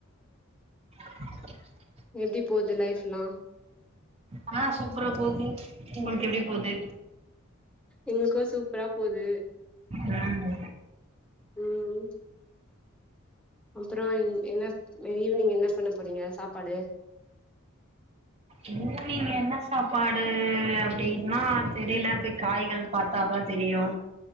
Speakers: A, on the right; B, in the centre.
A: <inaudible>
B: எப்படி போது லைஃப்ல்லா
A: ஆனா சூப்பரா போது உங்களுக்கு எப்படி போது
B: எங்களுக்கு சூப்பரா போது
A: ம்
B: <inaudible> ம் அப்புறோ என்ன ஈவினிங் என்ன பண்ண போறீங்க சாப்பாடு
A: ஈவினிங் என்ன சாப்பாடு அப்படின்னா தெரியல போய் காய்கள் பார்த்தாதா தெரியு